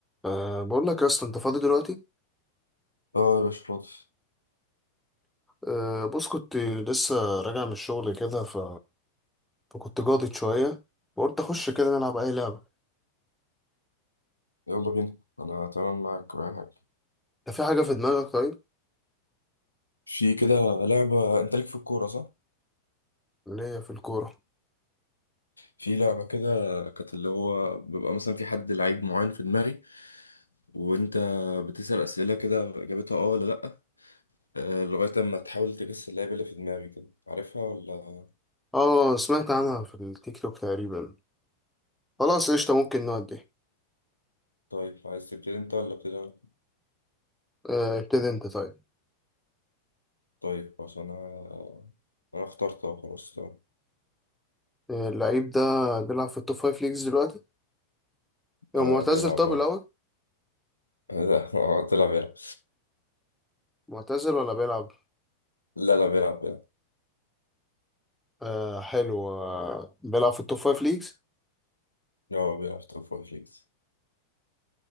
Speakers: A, in the centre; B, on the left (about 85°).
A: أه بقول لك يا اسطى انت فاضي دلوقتي
B: اه يا باشا فاضي
A: أه بص كنت لسه راجع من الشغل كده ف... فكنت جاضد شويه وقلت اخش كده نلعب اي لعبه
B: يلا بينا انا تمام معاك وأي حاجة
A: انت في حاجه في دماغك طيب
B: في كده لعبة انت ليك في الكورة صح؟
A: اللي هي في الكوره
B: في لعبة كده كانت اللي هو بيبقى مثلا في حد لعيب معين في دماغي وانت بتسأل أسئلة كده اجابتها اه ولا لأ آه، لغاية اما تحاول تجس اللعيب اللي في دماغي كده عارفها ولا
A: اه سمعت عنها في التيك توك تقريبا خلاص قشطه ممكن نودي
B: طيب عايز تبتدي انت ولا ابتدي انا؟
A: أه ابتدي انت طيب
B: طيب عشان انا انا اخترت اه خلاص تمام
A: أه اللعيب ده بيلعب في التوب فايف ليجز دلوقتي هو
B: آه
A: معتزل
B: بيلعب
A: طب
B: اه
A: الاول
B: <laughs> لا اه طلع بيلعب
A: معتزل ولا بيلعب
B: لا لا بيلعب بيلعب
A: أه حلو أه بيلعب في التوب فايف ليجز
B: لا هو بيلعب توب فايف ليجز